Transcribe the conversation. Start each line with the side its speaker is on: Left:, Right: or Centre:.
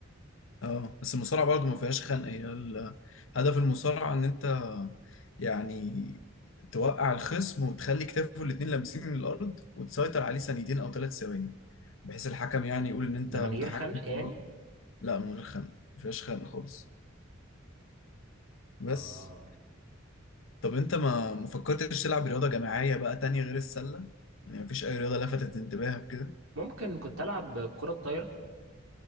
Left: اه بس المصارعة برضه ما فيهاش خنق هي ال- هدف المصارعة ان انت يعني توقع الخصم وتخلي كتافه الاتنين لامسين من الارض وتسيطر عليه ثانيتين او ثلاث ثواني بحيث الحكم يعني يقول ان انت
Right: ده
Left: متحكم
Right: من غير خنق
Left: في
Right: يعني
Left: الوضع لا من غير خنق ما فيهاش خنق خالص بس
Right: اه
Left: طب انت ما ما فكرتش تلعب رياضة جماعية بقى تانية غير السلة يعني ما فيش اي رياضة لفتت انتباهك كده
Right: ممكن كنت العب كرة الطايرة